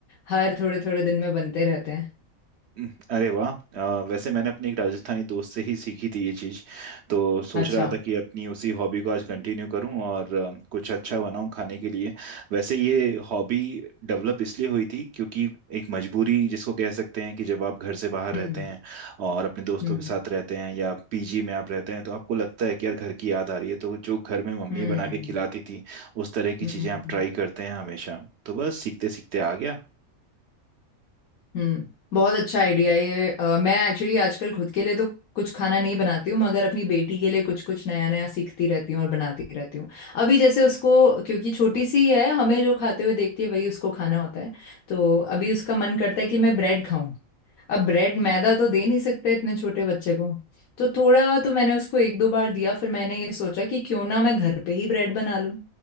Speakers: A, on the left; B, on the right.
A: हर थोड़े थोड़े दिन में बनते रहते हैं
B: हम्म, अरे वाह अ, वैसे मैंने अपने एक राजस्थानी दोस्त से ही सीखी थी ये चीज़ तो सोच
A: अच्छा
B: रहा था कि अपनी उसी हॉबी को आज कंटिन्यू करूं और अ, कुछ अच्छा बनाऊं खाने के लिए वैसे ये हॉबी डेवलप इसलिए हुई थी क्योंकि एक मजबूरी जिसको कह सकते हैं कि जब आप घर से बाहर
A: हम्म
B: रहते हैं और अपने दोस्तों
A: हम्म
B: के साथ रहते हैं या पीजी में आप रहते हैं तो आपको लगता है कि यार घर की याद आ रही है तो जो घर में मम्मी
A: हम्म
B: बना के खिलाती थी उस तरह की
A: हम्म
B: चीज़ें आप ट्राई करते हैं हमेशा तो बस सीखते सीखते आ गया
A: हम्म बहुत अच्छा आइडिया है ये अ, मैं एक्चुअली आजकल खुद के लिए तो कुछ खाना नहीं बनाती हूँ मगर अपनी बेटी के लिए कुछ कुछ नया नया सीखती रहती हूँ और बनाती रहती हूँ अभी जैसे उसको क्योंकि छोटी सी है हमें जो खाते हुए देखती है वही उसको खाना होता है तो अभी उसका मन करता है कि मैं ब्रेड खाऊं अब ब्रेड मैदा तो दे नहीं सकते इतने छोटे बच्चे को तो थोड़ा तो मैंने उसको एक दो बार दिया फिर मैंने ये सोचा कि क्यों ना मैं घर पे ही ब्रेड बना लूं